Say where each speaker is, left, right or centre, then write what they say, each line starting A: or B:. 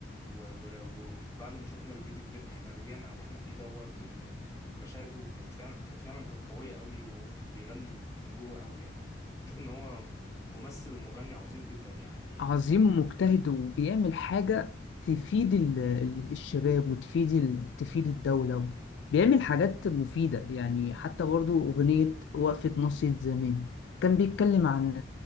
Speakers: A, on the left; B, on the left.
A: و- و- وبعد ما شفنا الفيديو كليب احنا رجعنا على اللي احنا فيه دوت لان مشاهده كانت فعلا كانت فعلا كانت قويه قوي وهو كان بيغني من جوه قوي يعني شوف ان هو ممثل ومغني عظيم جدا يعني
B: عظيم ومجتهد وبيعمل حاجة تفيد ال- ال- الشباب وتفيد ال- تفيد الدولة بيعمل حاجات مفيدة يعني حتى برضو أغنية وقفة ناصية زمان كان بيتكلم عن